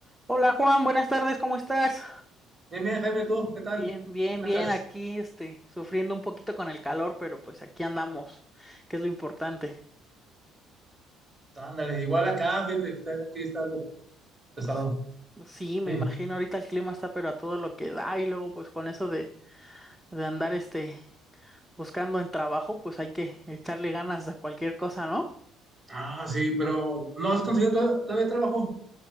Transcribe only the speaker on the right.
Bien, bien, Jaime, ¿tú qué tal?
¿Qué cuentas?
Ándale, igual acá, fíjate, está, aquí está algo pesado.
Sí.
Ah, sí, pero ¿no has conseguido to- todavía trabajo?